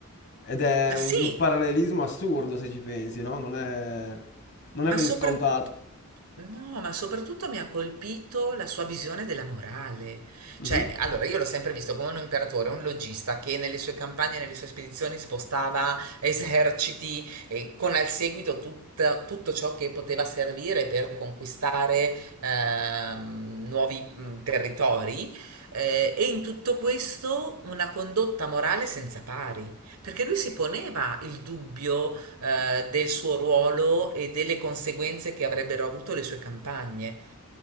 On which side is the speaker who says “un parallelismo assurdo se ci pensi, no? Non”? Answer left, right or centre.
Left